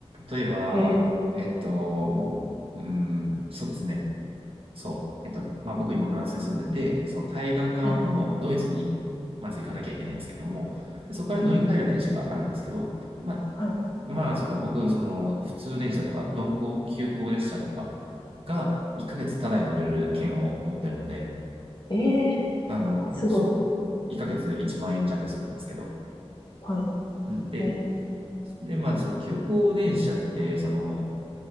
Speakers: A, on the right (about 60°); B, on the left (about 45°).
A: 例えば、
B: えー、
A: えっと、うん、そうですね。そう。えっと、まあ僕今フランスに住んでて、その対岸側のドイツにまず行かなきゃいけないんですけども、
B: はい。
A: でそこから乗り換える電車があるんですけど、
B: うんうん、
A: まあ
B: はい。
A: まあ、その僕、その普通電車とか、鈍行、急行列車とかが1ヶ月ただに乗れる券を持ってるので、
B: ええ
A: あの、
B: ー、すごい。
A: そう、1ヶ月1万円弱するんですけど、
B: はい。
A: うんで、
B: えー、
A: で、まあ、その急行電車って、その、